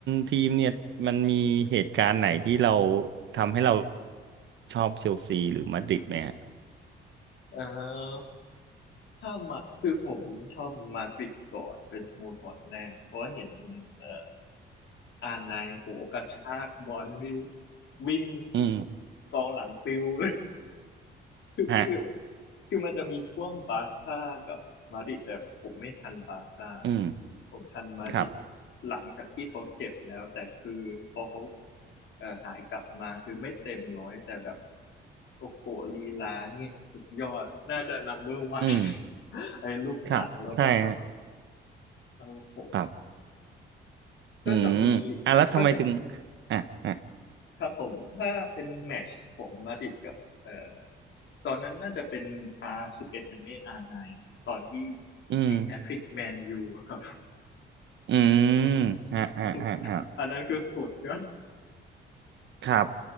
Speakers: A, on the right (about 70°); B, on the left (about 70°).
A: ทีมเนี่ยมันมีเหตุการณ์ไหนที่เราทำให้เราชอบเชลซีหรือมาดริดไหมฮะ
B: เออ ถ้ามาคือผมชอบมาดริดก่อนเป็นสโมสรแรกเพราะว่าเห็นเอ่ออานไนโหกระชากบอลนี่วิ่ง
A: อืม
B: กองหลังปิว <laughs> คือคือ
A: ฮะ
B: คือมันจะมีช่วงบาร์ซ่ากับมาดริดแต่ผมไม่ทันบาร์ซ่า
A: อืม
B: ผมทันมาดริด
A: ครับ
B: หลังจากที่เขาเจ็บแล้วแต่คือพอเขาเอ่อหายกลับมาคือไม่เต็มร้อยแต่แบบโอ้โหลีลานี่สุดยอดน่าจะนัมเบอร์วัน
A: อืม
B: <laughs> ไอ้ลูกหนังแล้วมั้งครับ
A: ครับใช่ฮะ
B: ครับผม
A: ครับอืมอ่ะแล้วทำไมถึง
B: ก็จะมีก็จะ
A: อ่ะอ่ะ
B: ครับผมถ้าเป็นแมตช์ของมาดริดกับเอ่อตอนนั้นน่าจะเป็น R11 ยังไม่ R9 ตอนที่
A: อืม
B: ยิงแฮตทริกแมนยูอะครับ
A: อืมฮะฮะฮะฮะ
B: <laughs> สุดอันนั้นคือสุดยอด
A: ครับ